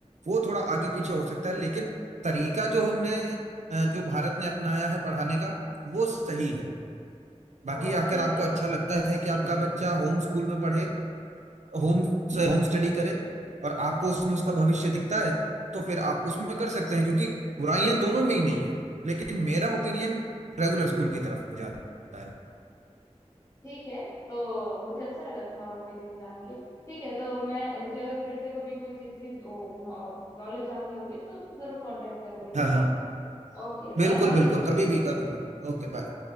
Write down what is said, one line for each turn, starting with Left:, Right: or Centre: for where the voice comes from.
Right: वो थोड़ा आगे पीछे हो सकता है लेकिन तरीका जो हमने अ, जो भारत ने अपनाया है पढ़ाने का वो सही है बाकी
Left: अ,
Right: आकर
Left: ठीक
Right: आपको
Left: है
Right: अच्छा लगता है कि आपका बच्चा होम स्कूल में पढ़े होम होम स्टडी करे और आपको उसमें उसका भविष्य दिखता है तो फिर आप उसमें कर सकते हैं क्योंकि बुराइयां दोनों में ही नहीं है लेकिन मेरा ओपिनियन रेगुलर स्कूल की तरफ हो जाता है
Left: ठीक है तो मुझे अच्छा लगा तुम्हारा ओपिनियन जान के ठीक है तो मैं मुझे अगर फिर से कभी कोई चीज़ की नॉलेज जाननी होगी तो तुमसे जरूर कांटेक्ट करूंगी ठीक
Right: हाँ हाँ
Left: है Okay
Right: बिल्कुल
Left: bye bye
Right: बिल्कुल कभी भी कभी भी Okay bye